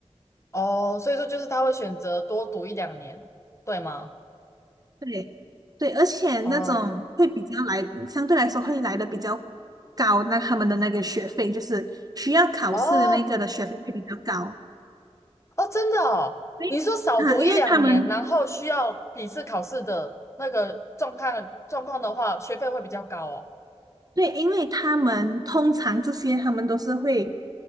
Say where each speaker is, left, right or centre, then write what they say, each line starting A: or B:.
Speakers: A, on the left; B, on the right.
A: 哦，所以说就是他会选择多读一两年，对吗？
B: 对，对，而且那种会比较来，
A: 哦
B: 相对来说会来的比较高，那他们的那个学费就是需要考试的那个的学费会比较高。
A: 哦，哦，真的哦，
B: 所以啊，
A: 你说少读一两年，
B: 因为他们
A: 然后需要笔试考试的那个状况状况的话，学费会比较高哦。
B: 对，因为他们通常这些他们都是会